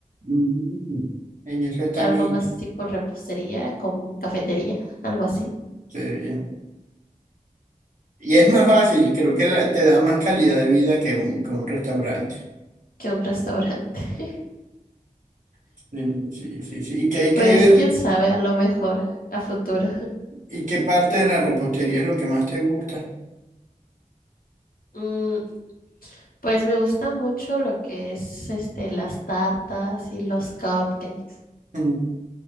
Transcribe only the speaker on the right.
Mm, En eso está
mi...
Qué bien. Y es más fácil, creo que la- te da más calidad de vida que un, que un restaurante.
Sí, sí, sí, sí. ¿Y qué, y
qué,
y qué parte de la repostería es lo que más te gusta?
Mm,